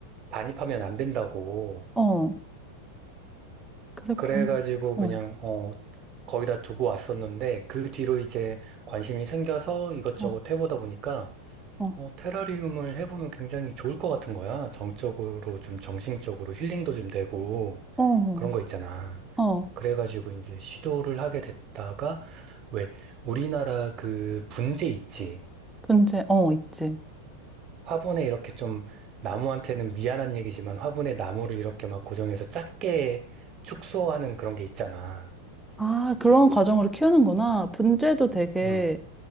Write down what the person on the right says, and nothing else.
반입하면 안 된다고.
그래가지고
그냥, 어, 거기다 두고 왔었는데 그 뒤로 이제 관심이 생겨서 이것저것
해보다 보니까
어, 테라리움을 해보면 굉장히 좋을 것 같은 거야. 정적으로 좀 정신적으로 힐링도 좀 되고
그런 거 있잖아.
그래가지고 이제 시도를 하게 됐다가 왜 우리나라 그 분재 있지.
화분에 이렇게 좀 나무한테는 미안한 얘기지만 화분에 나무를 이렇게 막 고정해서 작게 축소하는 그런 게 있잖아.
음,